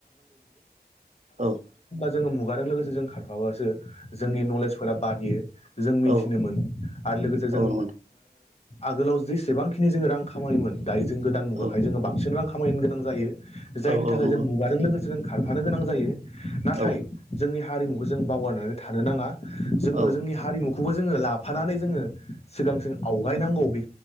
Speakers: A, on the right; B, on the left.
A: औ
B: <inaudible> जोङो मुगाजों लोगोसे जों खारफाबासो जोंनि नलेजफोरा बारियो जों मिथिनो
A: औ
B: मोनो आरो लोगोसे
A: औ
B: जों
A: नंगौ नोंथां
B: आगोलाव जेसेबांखिनि जोङो रां खामायोमोन दायो जों गोदान मुगाखाय
A: औ
B: जोङो बांसिन रां खामायनो गोनां जायो जायनि
A: औ
B: थाखाय
A: औ नंगौ
B: जों मुगाजों लोगोसे जों खारफानो गोनां जायो नाथाय
A: औ
B: जोंनि हारिमुखौ जों बावगारनानै थानो नाङा जोङो
A: औ
B: जोंनि हारिमुखौ खौबो जोङो लाफानानै जोङो सिगांथिं आवगायनांगौ बे